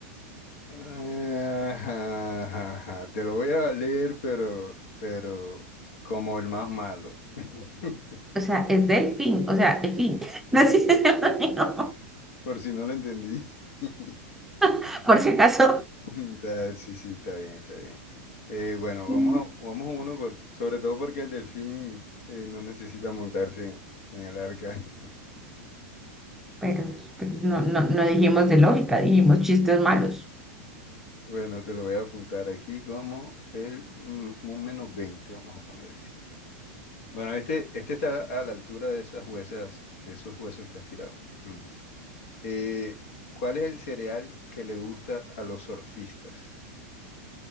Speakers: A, on the left; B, in the centre.
A: Ah, ajá, ajá, ajá. Te lo voy a valer, pero, pero como el más malo. <laughs>
B: O sea, es delfín, o sea, el fin. <laughs> No sé si se llama mío,
A: Por si no lo entendí. <laughs>
B: <laughs> por si acaso.
A: Da, sí, sí, está bien, está bien. Eh, bueno,
B: Mm,
A: vamos a, vamos a uno por, sobre todo porque el delfín eh, no necesita montarse en, en el arca. <laughs>
B: Pero, pero no, no, no dijimos de lógica, dijimos chistes malos.
A: Bueno, te lo voy a apuntar aquí como el mm, un menos 20, vamos a ponerte. Bueno, este, este está a la altura de esas huesas, de esos huesos que has tirado. Ujú. Eh, ¿cuál es el cereal que le gusta a los surfistas?